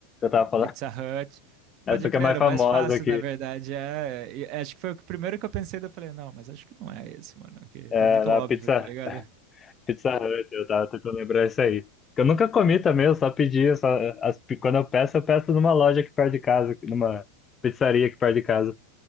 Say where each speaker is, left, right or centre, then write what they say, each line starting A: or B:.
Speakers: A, on the left; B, on the right.
A: eu tava falando.
B: Pizza
A: <laughs>
B: Hut.
A: Essa
B: Pode crer,
A: que é mais
B: era
A: famosa
B: o mais fácil,
A: aqui.
B: na verdade. É, e acho que foi o que- primeiro que eu pensei, daí eu falei, não, mas acho que não é esse, mano, que
A: É,
B: tá muito
A: na
B: óbvio,
A: Pizza,
B: tá ligado?
A: Pizza Hut, eu tava tentando lembrar isso aí. Eu nunca comi também, eu só pedi, eu só, as, pi- quando eu peço, eu peço numa loja aqui perto de casa, numa pizzaria aqui perto de casa,